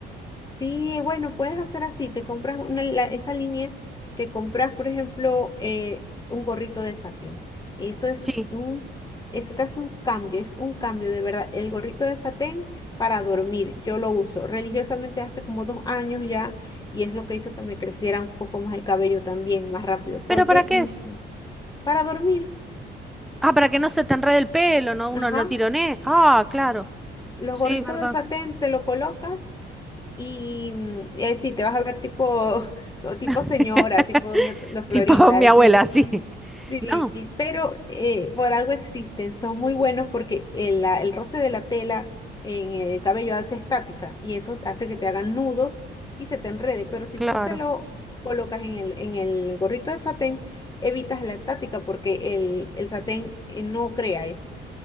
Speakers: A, on the left; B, in the centre.
A: Sí, bueno, puedes hacer así, te compras una, la- esa línea, te compras, por ejemplo, eh, un gorrito de satén. Eso es
B: Sí,
A: un, eso te hace un cambio, es un cambio de verdad. El gorrito de satén para dormir, yo lo uso religiosamente hace como dos años ya y es lo que hizo que me creciera un poco más el cabello también, más rápido, porque
B: pero ¿para qué es?
A: mm, para dormir,
B: Ah, para que no se te enrede el pelo, no, uno
A: ajá,
B: no tironee. Ah, claro,
A: los
B: sí,
A: gorritos
B: verdad.
A: de satén te lo colocas Y mm, eh, sí, te vas a ver tipo, <laughs> tipo
B: <laughs>
A: señora, tipo doña T- la Florinda,
B: Tipo mi
A: así.
B: abuela, sí.
A: Sí,
B: No,
A: pero eh, por algo existen, son muy buenos porque el, la- el roce de la tela en el cabello hace estática y eso hace que te hagan nudos y se te enrede, pero si
B: claro.
A: tú te lo colocas en el, en el gorrito de satén, evitas la estática porque el, el satén eh, no crea eso.